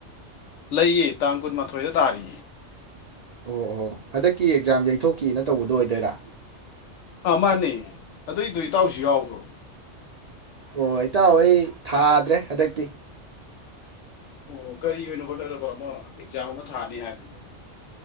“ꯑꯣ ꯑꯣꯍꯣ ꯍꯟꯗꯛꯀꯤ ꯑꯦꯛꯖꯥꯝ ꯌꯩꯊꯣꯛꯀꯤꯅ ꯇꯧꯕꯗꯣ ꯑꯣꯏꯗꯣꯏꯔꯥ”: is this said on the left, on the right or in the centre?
Right